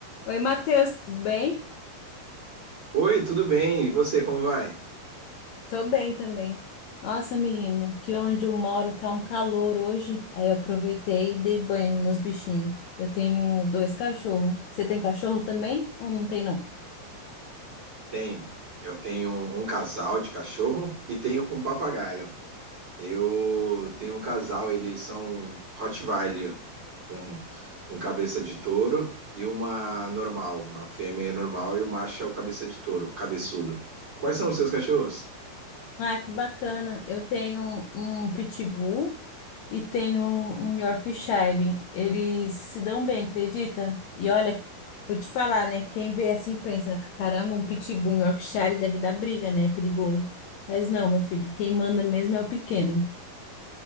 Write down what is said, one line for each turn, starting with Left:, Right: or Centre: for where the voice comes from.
Left: Oi, Matheus, tudo bem?
Right: Oi, tudo bem? E você, como vai?
Left: Tô bem também. Nossa, menino, aqui onde eu moro tá um calor hoje. Aí eu aproveitei e dei banho nos meus bichinhos. Eu tenho dois cachorros. Você tem cachorro também ou não tem, não?
Right: Tenho. Eu tenho um casal de cachorro e tenho um papagaio. Eu tenho um casal, eles são Rottweiler, um, um cabeça de touro e uma normal. A fêmea é normal e o macho é o cabeça de touro, cabeçudo. Quais são os seus cachorros?
Left: Ah, que bacana. Eu tenho um pitbull e tenho um Yorkshire. Eles se dão bem, acredita? E olha, vou te falar, né? Quem vê assim pensa, caramba, um pitbull, um Yorkshire deve dar briga, né? Perigoso. Mas não, meu filho, quem manda mesmo é o pequeno.